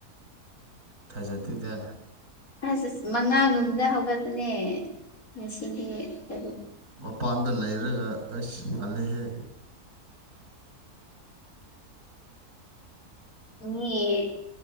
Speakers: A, on the right; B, on the left.
A: ꯊꯥꯖꯗꯦꯗ
B: ꯑꯁ ꯑꯁ ꯃꯉꯥꯒꯨꯝꯕꯗ ꯍꯧꯒꯠꯄꯅꯦ ꯉꯁꯤꯗꯤ ꯇꯔꯨꯛ
A: ꯃꯄꯥꯟꯗ ꯂꯩꯔꯒ ꯑꯩꯁ ꯉꯜꯂꯤꯍꯦ
B: ꯃꯤ